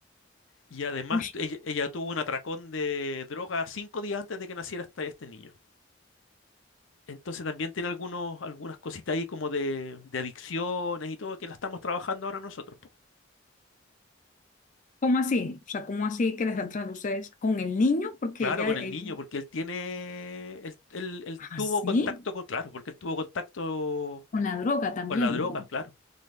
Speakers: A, on the left; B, on the left.
A: y además
B: Uy,
A: ella, ella tuvo un atracón de droga cinco días antes de que naciera este, este niño. Entonces también tiene algunos, algunas cositas ahí como de, de adicciones y todo que la estamos trabajando ahora nosotros. po.
B: ¿cómo así? O sea, ¿cómo así que le están tratando ustedes con el niño? Porque
A: Claro,
B: ella,
A: con
B: ella,
A: el niño, porque él tiene, él, él- él
B: ah,
A: tuvo
B: sí,
A: contacto con, claro, porque él tuvo contacto
B: con la droga también.
A: con la droga,
B: Porque-
A: claro,